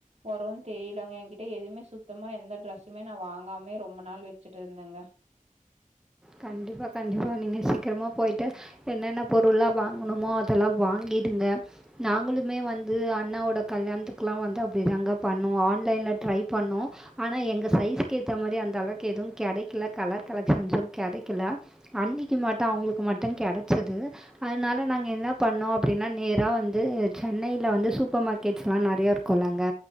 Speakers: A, on the right; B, in the centre.
A: வருன் தெரியலங்க என்கிட்ட எதுமே சுத் தமா எந்த ட்ரெஸ்ஸுமே நா வாங்காமே ரொம்ப நாள் வச்சுட்டு இருந்தேங்க.
B: கண்டிப்பா கண்டிப்பா நீங்க சீக்கிரமா போயிட்டு என்னென்ன பொருள்லா வாங்கணுமோ அதெல்லா வாங்கிடுங்க நாங்களுமே வந்து அண்ணாவோட கல்யாணத்துக்குலா வந்து அப்டிதாங்க பண்ணோ ஆன்லைன்ல ட்ரை பண்ணோ ஆனா எங்க சைஸ்கேத்த மாரி அந்த அளவுக்கு எதுவு கெடைக்கல கலர் கலெக்ஷன்ஸு கெடைக்கல அண்ணிக்கி மட்டு அவங்களுக்கு மட்டு கெடச்சது அதனால நாங்க என்ன பண்ணோ அப்பிடின்னா நேரா வந்து சென்னைல வந்து சூப்பர் மார்க்கெட்ஸ்லா நெறையா இருக்குல்ல அங்க